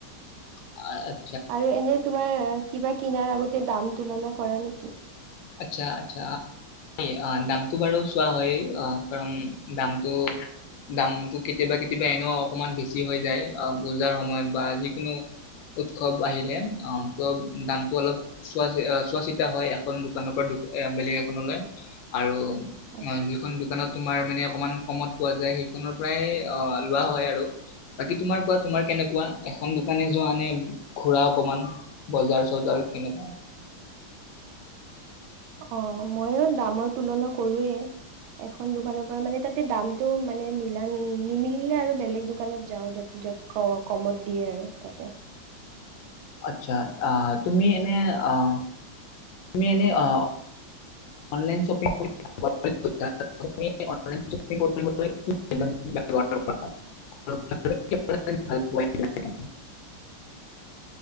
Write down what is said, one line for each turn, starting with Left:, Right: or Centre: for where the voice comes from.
Left: <unintelligible>
Right: আৰু এনেই তোমাৰ কিবা কিনাৰ আগতে দাম তুলনা কৰা নেকি?
Left: আচ্ছা আচ্ছা, <unintelligible> দামতটো বাৰু চোৱা হয়েই কাৰণ দামটো, দামতটো কেতিয়াবা কেতিয়াবা এনেও অকমান বেছি হৈ যায় পুজাৰ সময়ত বা যিকোনো উৎসৱ আহিলে অ ত দামতটো অলপ চোৱা চোৱা চিতা হয় এখন দোকানৰ পৰা দো অ বেলেগ এখনলৈ আৰু
Right: আচ্ছা
Left: ম যিখন দোকানত তোমাৰ মানে অকমান কমত পোৱা যায়। সেইখনৰ পৰাই অ', লোৱা হয় আৰু। বাকী তোমাৰ কোৱা, তোমাৰ কেনেকুৱা? এখন দোকানে যোৱা নে ঘোৰা অকমান, বজাৰ-চজাৰ, কেনেকুৱা?
Right: অ', ময়ো দামৰ তুলনা কৰোৱেই। এখন দোকানৰ পৰা, মানে তাতে দামতটো মানে, মিলাল, নিমিলিলে আৰু বেলেগ দোকানত যাওঁ, য'ত-য'ত ক-কমত দিয়ে আৰু, তাতে।
Left: আচ্ছা, আহ তুমি এনে, আহ, তুমি এনে আ, অনলাইন শ্বপিং। <unintelligible>